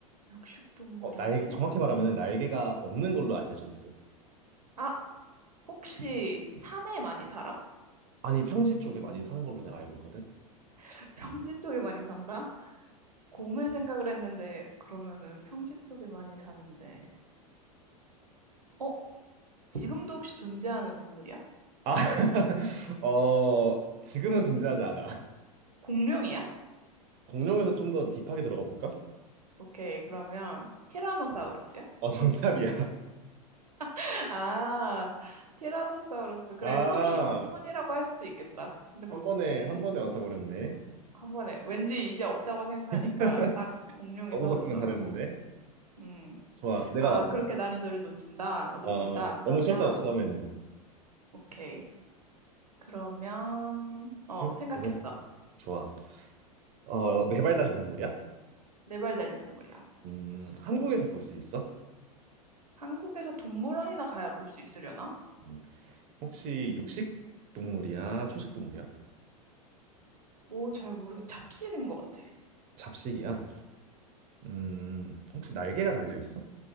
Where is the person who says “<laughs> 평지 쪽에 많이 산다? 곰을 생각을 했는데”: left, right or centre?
Right